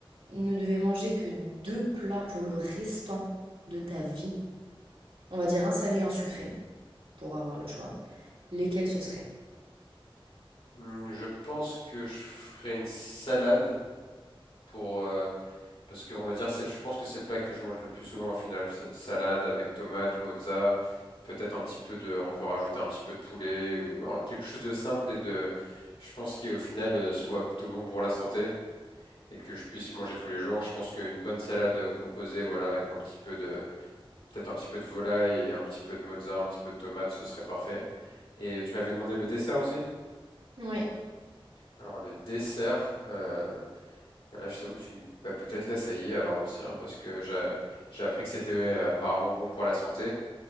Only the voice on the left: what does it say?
Hum, Je pense que je ferai une salade pour euh, Parce qu'on va dire, c'est, je pense que c'est le plat que je mange le plus souvent au final. S- Salade avec tomate, mozza, peut-être un petit peu de, on peut rajouter un petit peu de poulet ou un- quelque chose de simple et de, je pense qui au final euh, soit plutôt bon pour la santé et que je puisse manger tous les jours. Je pense qu'une bonne salade euh, composée, voilà, avec un petit peu de, peut-être un petit peu de volaille et un petit peu de mozza, un petit peu de tomate, ce serait parfait. Et tu m'avais demandé le dessert aussi?
Alors le dessert, euh, Bah là, je t'avoue que tu me... bah, peut-être là, ça y est, alors aussi, hein, parce que j'ai j'ai appris que c'était euh, apparemment bon pour la santé.